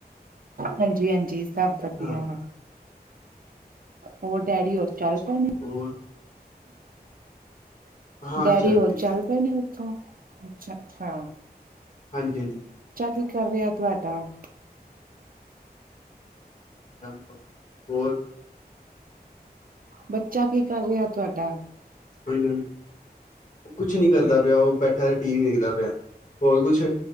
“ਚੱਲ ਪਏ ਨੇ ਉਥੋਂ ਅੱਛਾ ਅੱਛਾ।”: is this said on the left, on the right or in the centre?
Right